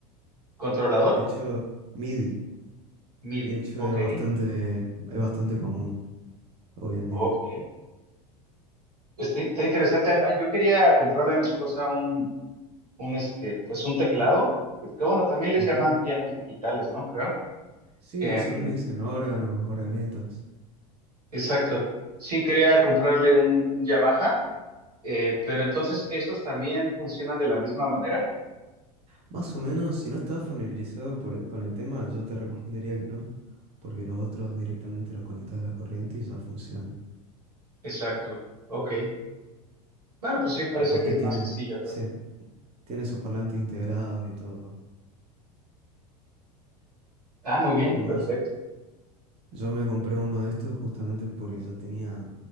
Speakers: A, on the right; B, on the right.
A: Controlador
B: De hecho, MIDI,
A: MIDI.
B: de hecho
A: Ok,
B: es bastante, es bastante común hoy en día.
A: ok. Pues está, está interesante. Ah, Yo quería comprarle a mi esposa un, un este, pues un teclado. Que bueno, también les
B: Ujú.
A: llaman pianos digitales, ¿no? Creo.
B: Sí,
A: Em,
B: o si no le dicen órganos, organetas.
A: exacto. Sí, quería comprarle un, un Yamaha, eh, pero entonces esos también funcionan de la misma manera.
B: Más o menos, si no estás familiarizado por el- con el tema, yo te <laughs> recomendaría que no, porque los otros directamente los conectas a la corriente y ya funcionan.
A: Exacto. Ok. Bueno, pues sí, parece
B: Aparte
A: que es
B: tiene,
A: más sencillo, ¿no?
B: sí, tiene sus parlantes integrados y todo.
A: Ah, muy bien,
B: Como
A: perfecto.
B: es, Yo me compré uno de estos justamente porque ya tenía,